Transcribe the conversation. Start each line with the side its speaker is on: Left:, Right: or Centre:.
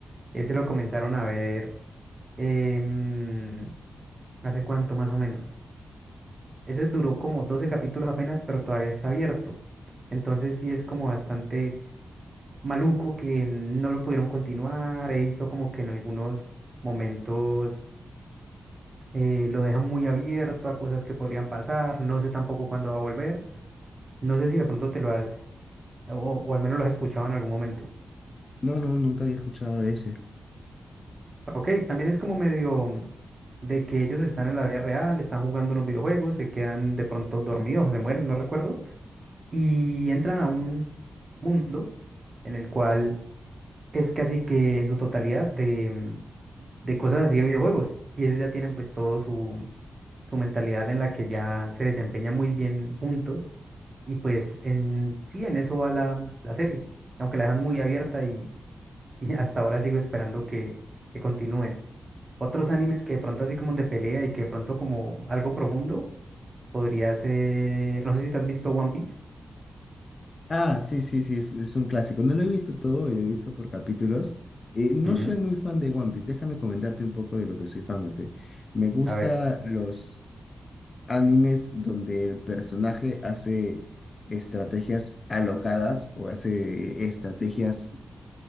Right: ese lo comenzaron a ver em, hace cuánto más o menos. Ese duró como 12 capítulos apenas, pero todavía está abierto. Entonces sí es como bastante maluco que mm, no lo pudieron continuar. He visto como que en algunos momentos eh, lo dejan muy abierto a cosas que podrían pasar, no sé tampoco cuándo va a volver, no sé si de pronto te lo has, o, o al menos lo has escuchado en algún momento.
Left: No, no, nunca había escuchado de ese.
Right: Ok, también es como medio mm, de que ellos están en la vida real, están jugando unos videojuegos, se quedan de pronto dormidos o se mueren, no recuerdo, y entran a un mundo en el cual es casi que en su totalidad de, mm, de cosas así de videojuegos, y ellos ya tienen pues todo su... su mentalidad en la que ya se desempeñan muy bien juntos Y pues en, sí, en eso va la, la serie, aunque la dejan muy abierta y, <laughs> y hasta ahora sigo esperando que, que continúen. Otros animes que de pronto así como de pelea y que de pronto como algo profundo podría ser, no sé si te has visto One Piece.
Left: Ah, sí, sí, sí, es, es un clásico. No lo he visto todo y lo he visto por capítulos. Eh, no
Right: Ujú,
Left: soy muy fan de One Piece. Déjame comentarte un poco de lo que soy fan. Este. Me gusta
Right: A ver,
Left: los animes donde el personaje hace estrategias alocadas o hace estrategias